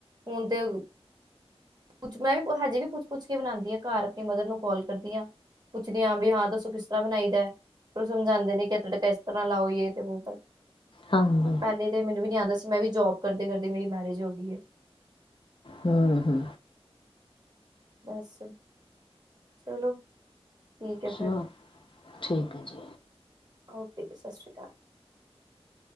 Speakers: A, on the right; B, on the left.
A: ਹੁਣ ਤੇ ਪੁਛ ਮੈਂ ਵੀ ਹਜੇ ਵੀ ਪੁੱਛ- ਪੁੱਛ ਕੇ ਬਣਾਂਦੀ ਹਾਂ ਘਰ ਆਪਣੀ ਮਦਰ ਨੂੰ ਕਾਲ ਕਰਦੀ ਆਂ। ਪੁੱਛਦੀ ਹਾਂ ਬੀ ਹਾਂ ਦੱਸੋ ਕਿਸ ਤਰ੍ਹਾਂ ਬਣਾਈ ਦਾ। ਉਹ ਸਮਝਾਂਦੇ ਨੇ ਕਿ ਐ ਤੜਕਾ ਇਸ ਤਰ੍ਹਾਂ ਲਾਓ ਯੇ ਤੇ ਵੋ
B: ਹਾਂਜੀ
A: ਪਹਿਲੇ ਤੇ ਮੈਨੂੰ ਵੀ ਨੀ ਆਂਦਾ ਸੀ ਮੈਂ ਵੀ ਜੋਬ ਕਰਦੇ ਕਰਦੇ ਮੇਰੀ ਮੈਰਿਜ ਹੋ ਗਈ।
B: ਹੂੰ-ਹੂੰ
A: ਬਸ ਚਲੋ। ਠੀਕ ਐ
B: ਅੱਛਾ
A: ਫਿਰ
B: ਠੀਕ ਹੈ ਜੀ।
A: ਓਕੇ ਜੀ ਸਤਿ ਸ਼੍ਰੀ ਅਕਾਲ।